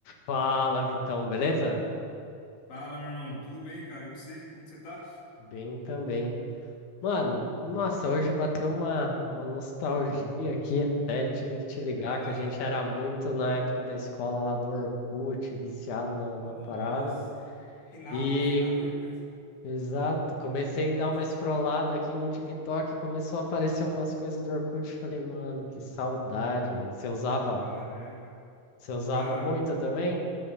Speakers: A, on the left (about 80°); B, on the left (about 60°).
A: Fala, Vitão, beleza?
B: Fala, meu irmão. Tudo bem, cara? E você? Como que você tá?
A: Bem também. Mano, nossa, hoje bateu uma, uma nostalgia aqui. Até tive que te ligar
B: Verdade?
A: que a gente era muito na época da escola lá do Orkut, viciado na,
B: Nossa,
A: na parada.
B: finado,
A: E,
B: finado Orkut.
A: exato, comecei a dar uma
B: <laughs>
A: scrollada aqui no TikTok, começou a aparecer umas coisas do Orkut. Falei, mano, que saudade, velho. Você usava,
B: Caramba.
A: você usava
B: Cara,
A: muito também?